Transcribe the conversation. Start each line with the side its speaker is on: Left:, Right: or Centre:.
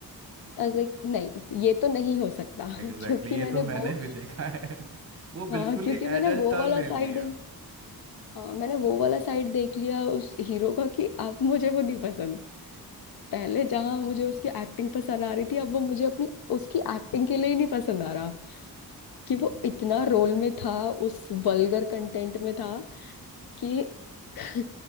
Left: आई वाज लाइक नहीं ये तो नहीं हो सकता <laughs>
Right: एग्जैक्टली exactly,
Left: क्योंकि मैंने
Right: ये तो मैंने
Left: वो
Right: भी देखा है <laughs> वो
Left: हाँ
Right: बिल्कुल
Left: क्योंकि
Right: ही एडल्ट
Left: मैंने वो
Right: टर्न
Left: वाला
Right: ले लिया
Left: साइड हाँ मैंने वो वाला साइड देख लिया उस हीरो का कि अब मुझे वो नहीं पसंद पहले जहां
Right: हम्म
Left: मुझे उसकी एक्टिंग पसंद आ रही थी अब वो मुझे अपनी उसकी एक्टिंग के लिए ही नहीं पसंद आ रहा कि वो
Right: हम्म,
Left: इतना
Right: समझ
Left: रोल
Right: गया
Left: में था उस वल्गर कंटेंट में था कि <laughs>